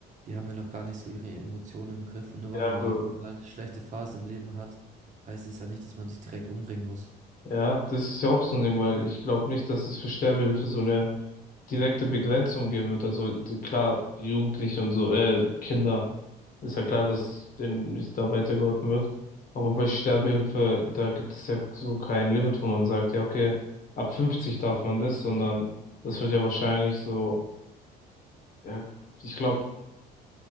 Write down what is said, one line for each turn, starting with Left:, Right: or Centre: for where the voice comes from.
Right: die haben ja noch gar nicht so ihre Emotionen im Griff. Und nur
Left: Ja,
Right: weil man
Left: aber,
Right: mal, mal eine schlechte Phase im Leben hat, heißt es ja nicht, dass man sich direkt umbringen muss.
Left: ja, das ist ja auch so ein Ding, weil ich glaube nicht, dass es für Sterbehilfe so eine direkte Begrenzung geben wird. Also die, klar, Jugendliche und so, äh, Kinder, ist ja klar, dass denen nicht da weitergeholfen wird. Aber bei Sterbehilfe, da gibt es ja so kein Limit, wo man sagt, ja, okay, ab 50 darf man das, sondern das wird ja wahrscheinlich so, ja, ich glaube,